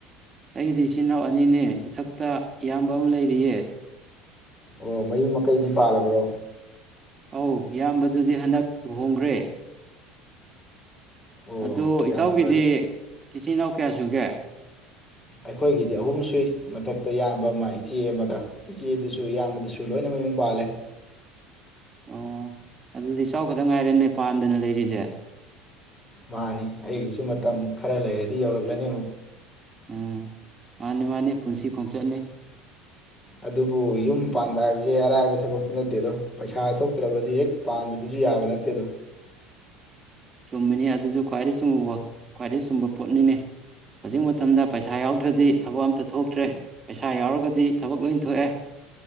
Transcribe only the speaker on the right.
ꯑꯩꯒꯤꯗꯤ ꯏꯆꯤꯟ ꯏꯅꯥꯎ ꯑꯅꯤꯅꯦ ꯏꯊꯛꯇ ꯏꯌꯥꯝꯕ ꯑꯃ ꯂꯩꯔꯤꯌꯦ
ꯑꯧ ꯏꯌꯥꯝꯕꯗꯨꯗꯤ ꯍꯟꯗꯛ ꯂꯨꯍꯣꯡꯈ꯭ꯔꯦ
ꯑꯗꯨ
ꯏꯇꯥꯎꯒꯤꯗꯤ
ꯏꯆꯤꯟ ꯏꯅꯥꯎ ꯀꯌꯥ ꯁꯨꯒꯦ
ꯑꯣ ꯑꯗꯨꯗꯤ ꯏꯇꯥꯎ ꯈꯛꯇꯪ ꯉꯥꯏꯔꯦꯅꯦ ꯄꯥꯟꯗꯅ ꯂꯩꯔꯤꯁꯦ
ꯎꯝ ꯃꯥꯟꯅꯤ ꯃꯥꯟꯅꯤ ꯄꯨꯟꯁꯤ ꯈꯣꯡꯆꯠꯅꯤ
ꯆꯨꯝꯃꯤꯅꯤ ꯑꯗꯨꯁꯨ ꯈ꯭ꯋꯥꯏꯗꯒꯤ ꯆꯨꯝꯕ ꯈ꯭ꯋꯥꯏꯗꯒꯤ ꯆꯨꯝꯕ ꯄꯣꯠꯅꯤꯅꯦ ꯍꯧꯖꯤꯛ ꯃꯇꯝꯗ ꯄꯩꯁꯥ ꯌꯥꯎꯗ꯭ꯔꯗꯤ ꯊꯕꯛ ꯑꯝꯇ ꯊꯣꯛꯇ꯭ꯔꯦ ꯄꯩꯁꯥ ꯌꯥꯎꯔꯒꯗꯤ ꯊꯕꯛ ꯂꯣꯏ ꯊꯣꯛꯑꯦ